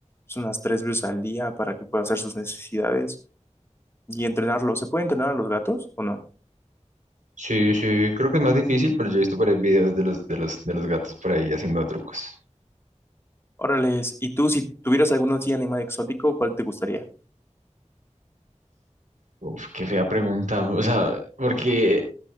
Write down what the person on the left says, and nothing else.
pues, unas tres veces al día para que pueda hacer sus necesidades y entrenarlo. ¿Se puede entrenar a los gatos o no?
Órales, ¿y tú si tuvieras algún así animal exótico, cuál te gustaría?